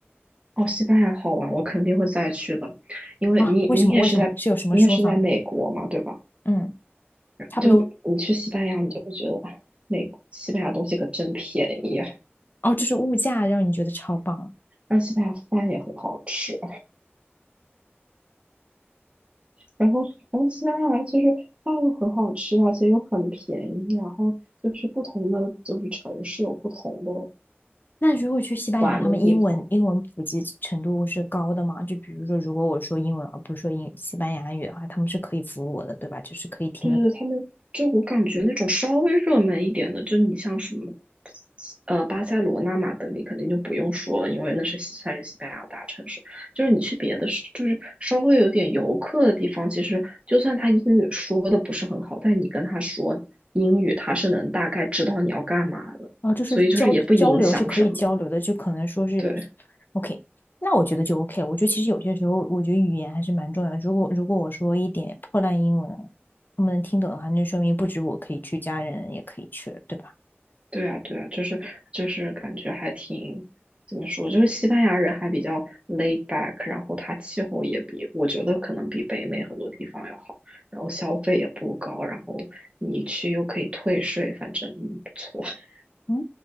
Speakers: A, on the right; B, on the left.
A: 哦，西班牙好玩，我肯定会再去的，因为你你也是在你也是在美国嘛，
B: 啊，为什么？为什么？是有什么说法吗？
A: 对吧？
B: 嗯，差不多。
A: 就你去西班牙，你就会觉得，哎，美西班牙东西可真便宜啊，
B: 哦，就是物价让你觉得超棒啊。
A: 而且西班牙饭也很好吃。然后，然后西班牙其实饭又很好吃啊，而且又很便宜。然后就是不同的就是城市有不同的
B: 那如果去西班牙，
A: 玩的地方。
B: 他们英文英文普及程度是高的吗？就比如说，如果我说英文而不是说英西班牙语的话，他们是可以服务我的，对吧？就是可以听得懂。
A: 对对对，他们就我感觉那种稍微热门一点的，就是你像什么，呃，巴塞罗那、马德里肯定就不用说了，因为那是西算是西班牙大城市。就是你去别的市，就是稍微有点游客的地方，其实就算他英语说的不是很好，但你跟他说英语，他是能大概知道你要干嘛的，
B: 然后就是交交流是可以交流的，
A: 所以就是也不影响什么。
B: 就可能说是
A: 对。
B: OK。那我觉得就 OK。我觉得其实有些时候，我觉得语言还是蛮重要的如果如果我说一点破烂英文，他们能听懂的话，那就说明不止我可以去，家人也可以去了，对吧？
A: 对啊，对啊，就是就是感觉还挺怎么说，就是西班牙人还比较 laid back，然后它气候也比我觉得可能比北美很多地方要好，然后消费也不高，然后你去又可以退税，反正嗯不错。<laughs>
B: 嗯，